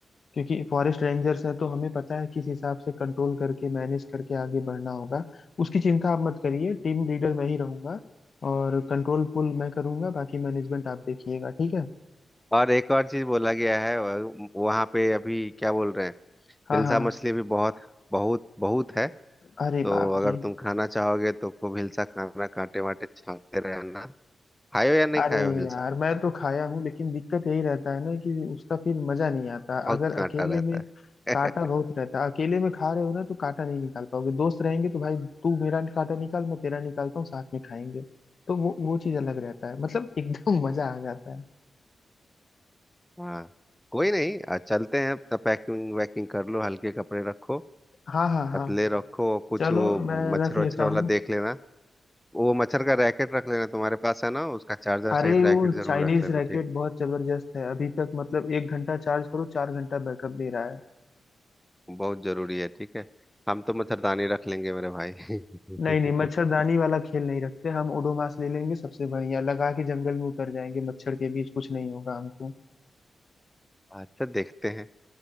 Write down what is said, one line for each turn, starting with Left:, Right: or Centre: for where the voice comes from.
Left: क्योंकि फॉरेस्ट रेंजर्स हैं तो हमें पता है किस हिसाब से कंट्रोल करके मैनेज करके आगे बढ़ना होगा उसकी चिंता आप मत करिए टीम लीडर मैं ही रहूंगा और कंट्रोल फुल मैं करूंगा बाकी मैनेजमेंट आप देखिएगा ठीक है
Centre: और एक और चीज बोला गया है वह- वहाँ पे अभी क्या बोल रहे हैं
Left: हाँ
Centre: हिलसा
Left: हाँ
Centre: मछली भी बहुत बहुत बहुत है
Left: अरे
Centre: तो
Left: बाप
Centre: अगर
Left: रे
Centre: तुम खाना चाहोगे तो खूब हिलसा खाना कांटे वाटे छांटते रहना खायो या नहीं
Left: अरे
Centre: खायो हिलसा
Left: यार मैं तो खाया हूँ लेकिन दिक्कत यही रहता है ना कि उसका फिर मजा नहीं आता
Centre: बहुत
Left: अगर
Centre: कांटा
Left: अकेले
Centre: रहता
Left: में
Centre: है
Left: काटा
Centre: <laughs>
Left: बहुत रहता है अकेले में खा रहे हो ना तो काटा नहीं निकाल पाओगे दोस्त रहेंगे तो भाई तू मेरा काटा निकाल मैं तेरा निकालता हूँ साथ में खाएंगे तो वो वो चीज अलग रहता है मतलब <laughs> एकदम मजा आ जाता है
Centre: हाँ कोई नहीं आ, चलते हैं अपना पैकिंग वैकिंग कर लो हल्के कपड़े रखो
Left: हाँ हाँ हाँ
Centre: पतले रखो और कुछ
Left: चलो
Centre: वो
Left: मैं
Centre: मच्छर
Left: रख लेता
Centre: वच्छर वाला
Left: हूँ
Centre: देख लेना वो मच्छर का रैकेट रख लेना तुम्हारे पास है ना उसका चार्जर
Left: अरे
Centre: सहित
Left: वो
Centre: रैकेट जरूर
Left: चाइनीज
Centre: रख लेना
Left: रैकेट
Centre: ठीक
Left: बहुत जबरदस्त है अभी तक मतलब एक घंटा चार्ज करो चार घंटा बैकअप दे रहा है
Centre: बहुत जरूरी है ठीक है हम तो मच्छरदानी रख लेंगे मेरे भाई
Left: नहीं नहीं मच्छरदानी
Centre: <laughs>
Left: वाला खेल नहीं रखते हम ओडोमास ले लेंगे सबसे बढ़िया लगा के जंगल में उतर जाएंगे मच्छर के बीच कुछ नहीं होगा हमको
Centre: अच्छा देखते हैं